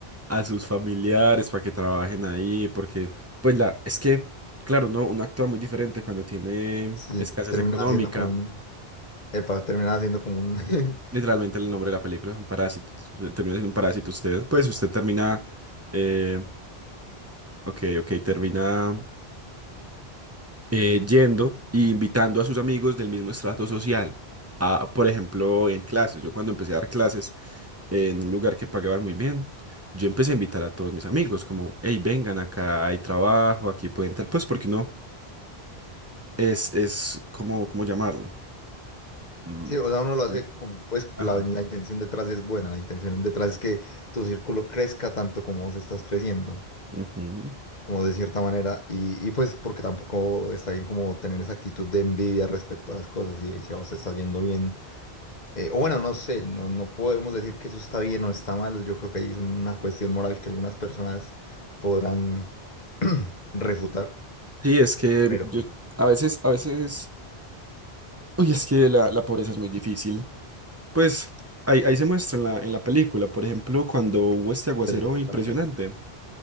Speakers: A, on the right; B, on the left.
A: a sus familiares para que trabajen ahí, porque, pues la, es que, claro, uno, uno actúa muy diferente cuando tiene
B: Sí,
A: escasez
B: termina
A: económica.
B: siendo como un, epa, termina siendo como un... <laughs>
A: literalmente el nombre de la película, un parásito. Se Termina siendo un parásito usted. Pues usted termina, eh, ok, ok, termina eh, yendo e invitando a sus amigos del mismo estrato social. A, por ejemplo, en clases. Yo cuando empecé a dar clases eh, en un lugar que pagaban muy bien, yo empecé a invitar a todos mis amigos, como, hey, vengan acá, hay trabajo, aquí pueden tal. Pues porque no, es, es como, ¿cómo llamarlo? Mm,
B: Sí, o sea, uno lo hace
A: mm,
B: con, pues
A: Ajá.
B: la, la intención detrás es buena, la intención detrás es que tu círculo crezca tanto como vos estás creciendo,
A: Ujú.
B: como de cierta manera, y, y pues porque tampoco está bien como tener esa actitud de envidia respecto a las cosas y si a vos te está yendo bien, eh, o bueno, no sé, no, no podemos decir que eso está bien o está mal, yo creo que ahí es una cuestión moral que algunas personas podrán <clears throat> refutar,
A: Sí, es que
B: pero
A: yo a veces, a veces Uy, es que la, la pobreza es muy difícil. Pues ahí, ahí se muestra en la, en la película, por ejemplo, cuando hubo este aguacero
B: se les inunda
A: impresionante,
B: la casa.